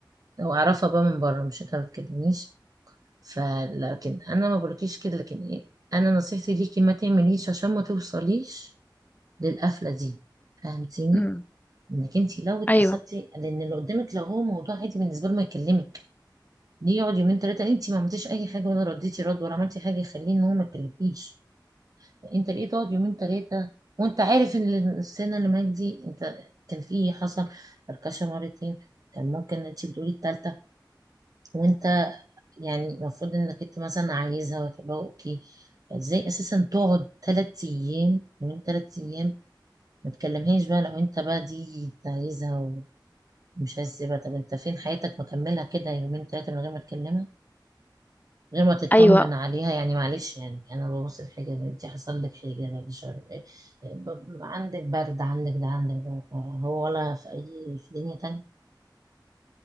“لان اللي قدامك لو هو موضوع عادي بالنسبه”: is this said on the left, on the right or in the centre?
Right